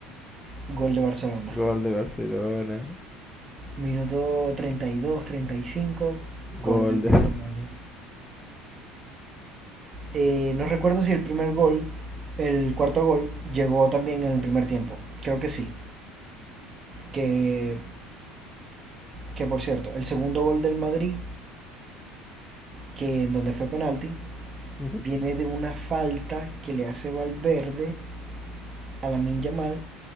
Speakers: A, on the right; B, in the centre.
A: gol de Barcelona.
B: Gol de Barcelona.
A: Minuto 32, 35, gol
B: Gol
A: del Barcelona.
B: de <laughs>
A: Eh, no recuerdo si el primer gol, el cuarto gol, llegó también en el primer tiempo. Creo que sí. Que, que por cierto, el segundo gol del Madrid, que en donde fue penalti,
B: Ujú.
A: viene de una falta que le hace Valverde a la Yamal,